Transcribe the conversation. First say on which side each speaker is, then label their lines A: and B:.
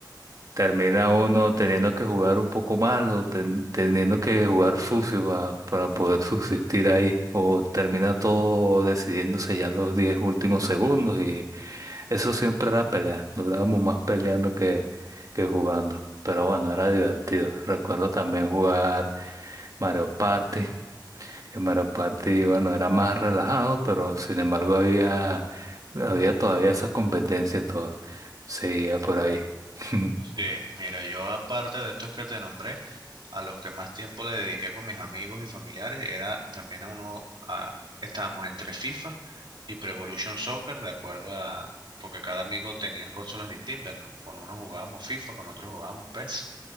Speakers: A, on the right; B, on the right.
A: termina uno teniendo que jugar un poco mal o ten- teniendo que jugar sucio pa- para poder <laughs> subsistir ahí, o termina todo decidiéndose ya los 10 últimos segundos y eso siempre era pelea, durábamos más peleando que, que jugando, pero bueno, era divertido. Recuerdo también jugar Mario Party, que Mario Party, bueno, era más relajado, pero sin embargo había, había todavía esas competencias, todo seguía por ahí. <laughs>
B: Sí, mira, yo aparte de estos que te nombré, a los que más tiempo le dediqué con mis amigos y familiares era también a uno, a- estábamos entre FIFA y Pro Evolution Soccer, de acuerdo a, porque cada amigo tenía consolas distintas, ¿no? con unos jugábamos FIFA, con otros jugábamos PES.